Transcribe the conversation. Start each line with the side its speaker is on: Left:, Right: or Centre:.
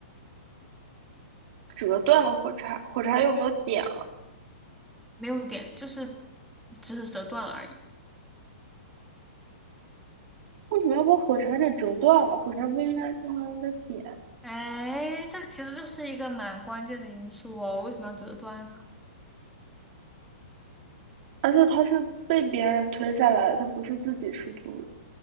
Right: 折断了火柴？火柴有没有点
Centre: 没有点，就是只是折断了而已。
Right: 为什么要把火柴给折断了？火柴不应该经常用的点，
Centre: 哎，这其实就是一个蛮关键的因素哦。为什么要折断呢？
Right: 而且它是被别人推下来的，它不是自己失足